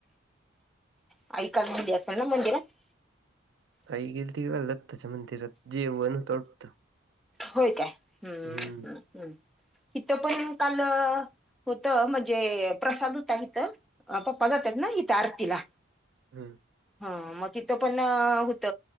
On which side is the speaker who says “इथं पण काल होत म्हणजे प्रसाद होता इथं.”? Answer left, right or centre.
Centre